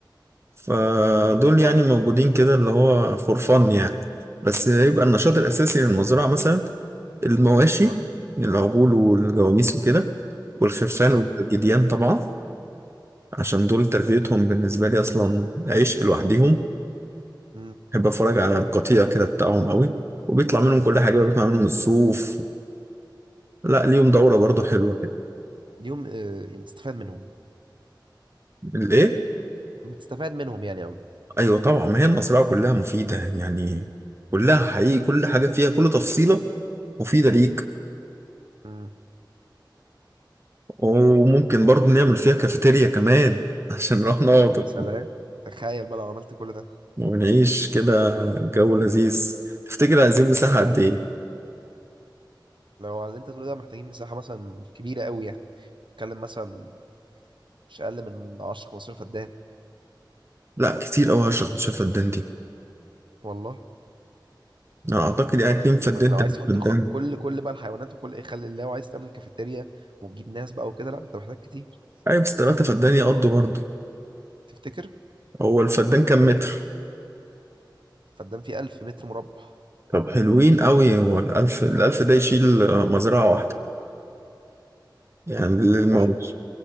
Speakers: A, on the right; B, on the right.
A: فدول يعني موجودين كده اللي هو فور فن يعني بس يبقى النشاط الاساسي للمزرعه مثلا المواشي
B: اه
A: العجول والجواميس وكده والخرفان
B: اه
A: والجديان طبعا عشان دول تربيتهم بالنسبه لي اصلا عشق لوحديهم
B: امم
A: بحب اتفرج على القطيع كده بتاعهم قوي وبيطلع منهم كل حاجه بقى، بيطلع منهم الصوف لا ليهم دوره برضو حلوه كده
B: اليوم آه يوم تستفاد منهم
A: الايه
B: بتستفاد منهم يعني قوي
A: ايوه طبعا ما هي المزرعه كلها مفيده يعني كلها حقيقي كل حاجه فيها كل تفصيله مفيده ليك
B: امم
A: وممكن برضو نعمل فيها كافيتيريا كمان <laughs> عشان نروح نقعد
B: يا سلام تخيل بقى لو عملت كل ده
A: ونعيش كده جو لذيذ تفتكر عايزين مساحه قد ايه
B: لو على اللي انت تقوله ده محتاجين مساحه مثلا كبيره قوي يعني نتكلم مثلا مش اقل من 10 15 فدان
A: لا كتير قوي 10 15 فدان دي
B: والله
A: أنا اعتقد يعني اتنين فدان
B: ما انت لو
A: تلات
B: عايز تحط
A: فدان
B: خ... كل كل بقى الحيوانات وكل ايه خلي الله وعايز تعمل كافيتيريا وتجيب ناس بقى وكده لا انت محتاج كتير
A: ايوه بس تلاتة فدان يقضوا برضه
B: تفتكر
A: هو الفدان كام متر
B: فدان فيه 1000 متر مربع
A: طب حلوين قوي هو الألف الألف ده يشيل آه، مزرعة واحدة يعني للموز
B: طيب